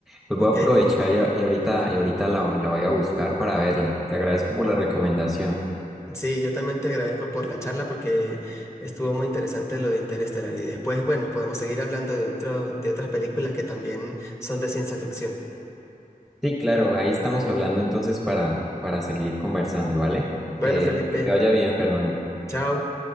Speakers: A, in the centre; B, on the left.
A: pues
B: ¿ok?
A: voy a aprovechar y, a- y ahorita, y ahorita la, la voy a buscar para verla. Te agradezco por la recomendación.
B: Sí, yo también te agradezco por la charla porque estuvo muy interesante lo de Interestelar. Y después, bueno, podemos seguir hablando de otro, de otras películas que también son de ciencia ficción.
A: Sí, claro, ahí estamos hablando entonces para, para seguir conversando, ¿vale?
B: Bueno,
A: Eh,
B: Felipe,
A: que te vaya bien, Fernando.
B: chao.